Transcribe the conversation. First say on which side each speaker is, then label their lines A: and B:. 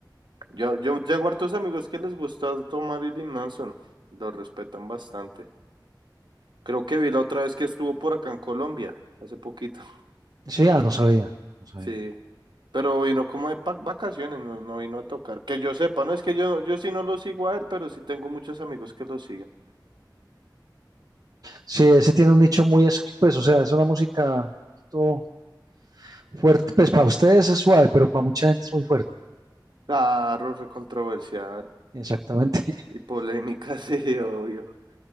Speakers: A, on the right; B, on the right.
A: Yo, yo tengo hartos amigos que les gusta tomar Marilyn Manson, lo respetan bastante. Creo que vi la otra vez que estuvo por acá en Colombia, hace poquito. <laughs>
B: Sí, ah, no sabía, no sabía.
A: Sí. Pero vino como de pa- vacaciones, no, no vino a tocar. Que yo sepa, no es que yo, yo sí no lo sigo a él, pero sí tengo muchos amigos que lo siguen.
B: Sí, ese tiene un nicho muy, ex- pues, o sea, es una música un poquito fuerte, pues para ustedes es suave, pero para mucha gente es muy fuerte.
A: Claro, recontroversial
B: Exactamente. <laughs>
A: y polémica, <laughs> sí, obvio.